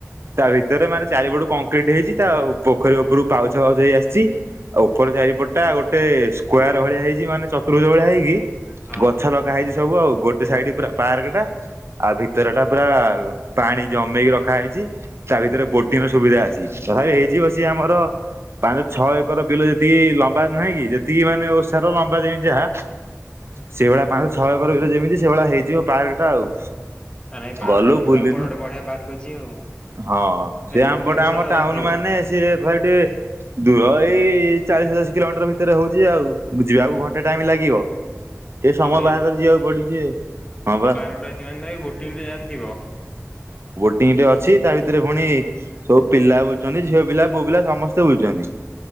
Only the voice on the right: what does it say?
ତା ଭିତରେ ମାନେ ଚାରିପଟୁ କଂକ୍ରିଟ ହେଇଛି ତା ପୋଖରୀ ଉପରକୁ ପାଉଛ ପାଉଛ ହେଇ ଆସିଛି ଆଉ ଉପର ଚାରିପଟା ଗୋଟେ ସ୍କ୍ୱାର ଭଳିଆ ହେଇଛି ମାନେ ଚତୁଭୁର୍ ଭଳିଆ ହେଇକି
ଗଛ ଲଗା ହେଇ ସବୁ ଆଉ ଗୋଟେ ସାଇଡ ପୁରା ପାର୍କ ଟା। ଆଉ ଭିତର ଟା ପୁରା ପାଣି ଜମେଇଇକି ରଖା ହେଇଚି ତା ଭିତରେ ବୋଟିଂ ର ସୁବିଧା ଅଛି। ତଥାପି ହେଇଛି ବସି ଆମର ପାଞ୍ଚ ଛଅ ଏକର ବିଲ ଯେତିକି ଲମ୍ବା ନୁହେଁ କି ଯେତିକି ମାନେ ଓସାର ଲମ୍ବା ଯେମିତି ଯାହା। ସେଇଭଳିଆ ପାଞ୍ଚ ଛଅ କରର ଯେମିତି ସେଇଭଳିଆ ହେଇଯିବ ପାର୍ ଆଉ
ଗଲୁ
ବୁଲି
ନୁ
ହଁ
ସଏ
ଆମପଟେ
ଆମ ଟାଉନ
ମାନେ ସିଏ <unintelligible> ଦୂର ଏଇ ଚାଳିଶ ପଚାଶ କିଲୋମିଟର ଭିତରେ ହଉଚି ଆଉ। ମୁଁ ଯିବାକୁ ଘଣ୍ଟେ ଟାଇମ୍ ଲାଗିବ। ଟିକେ ସମୟ
ବାହାଘର ଯିବାକୁ ପଡୁଚି ଆଉ ହଁ ବା।
ଟିଙ୍ଗ ଟେ ଅଛି ତା ଭିତରେ ପୁଣି ସବୁ ପିଲା ବୁ ଚନ୍ତି ଝିଅ ପିଲା ପୁଅ ପିଲା ସମ ସ୍ତେ ବୁଲଚନ୍ତି